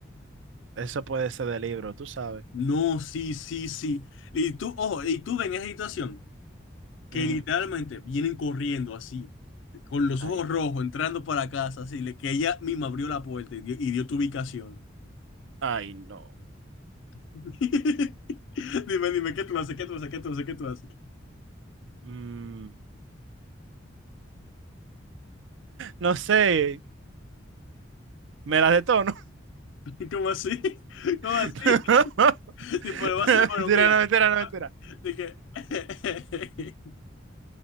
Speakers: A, on the right; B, on the left.
A: Eso puede ser de libro, tú sabes.
B: No, sí, sí, sí, y tú, ojo, y tú ves en esa situación que
A: Ujú.
B: literalmente vienen corriendo así, con los
A: Ay,
B: ojos rojos, entrando para casa, así, le- que ella misma abrió la puerta y dio, y dio tu ubicación.
A: ay, no.
B: <laughs> Dime, dime, ¿qué tú haces? ¿Qué tú haces? ¿Qué tú haces? ¿Qué tú haces?
A: Mm, No sé, me las detono.
B: <laughs> ¿Cómo así? ¿Cómo
A: <laughs>
B: así? Tipo, le va a hacer, bueno,
A: Mentira,
B: mira,
A: no, mentira, no, mentira.
B: de que... <laughs>